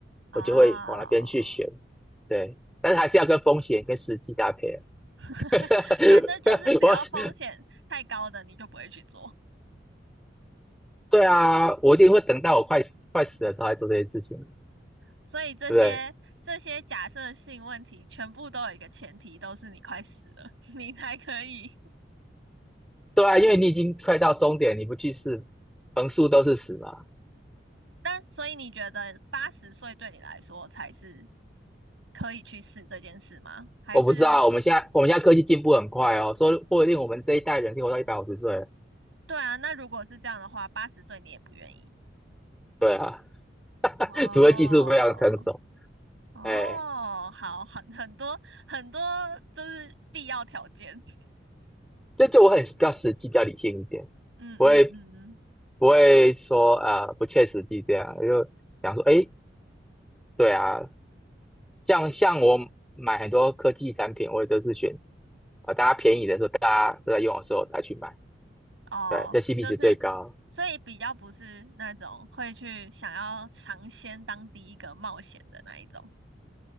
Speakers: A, on the right; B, in the centre.
A: 啊，
B: 我就会往那边去选，对，但是还是要跟风险跟时机搭配啊。
A: <laughs>
B: <laughs>
A: 反正就是只要风险太高的，
B: 我
A: 你就不会去做。
B: 对啊，我一定会等到我快死快死的时候来做这些事情，
A: 所以这些这些假设性问题，
B: 对不对？
A: 全部都有一个前提，都是你快死了，<laughs> 你才可以
B: 对啊，因为你已经快到终点，你不去试，横竖都是死嘛。
A: 但所以你觉得八十岁对你来说才是可以去试这件事吗？还是
B: 我不知道，我们现在我们现在科技进步很快哦，说不定我们这一代人可以活到一百五十岁了。
A: 对啊？那如果是这样的话，八十岁你也不愿意？
B: 对啊，<laughs>
A: 哦，
B: 除非技术非常成熟。
A: 哦，
B: 哎，
A: 好，很很多很多就是必要条件。<laughs>
B: 这就我很比较实际，比较理性一点，
A: 嗯嗯嗯，
B: 不会
A: 嗯
B: 不会说呃不切实际这样，就想说哎，对啊，像像我买很多科技产品，我也都是选啊、呃大家便宜的时候，大家都在用的时候才去买，
A: 哦，
B: 对，这 CP
A: 就是
B: 值最高。
A: 所以比较不是那种会去想要尝鲜当第一个冒险的那一种。